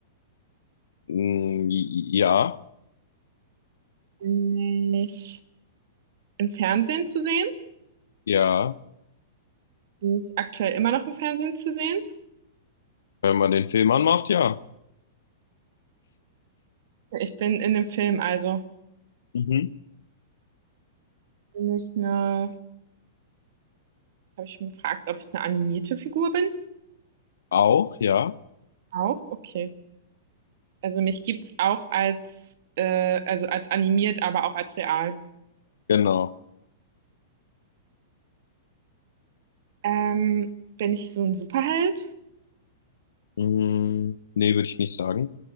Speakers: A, on the left; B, on the right.
A: Mm, Ja,
B: nicht im Fernsehen zu sehen.
A: ja.
B: Die ist aktuell immer noch im Fernsehen zu sehen.
A: Wenn man den Film anmacht, ja.
B: Ich bin in dem Film, also
A: Mhm.
B: bin ich eine, habe ich schon gefragt, ob ich eine animierte Figur bin?
A: Auch, ja.
B: Auch, okay. Also mich gibt's auch als, äh, also als animiert, aber auch als real.
A: Genau.
B: Ähm, bin ich so ein Superheld?
A: Mm, nee, würde ich nicht sagen.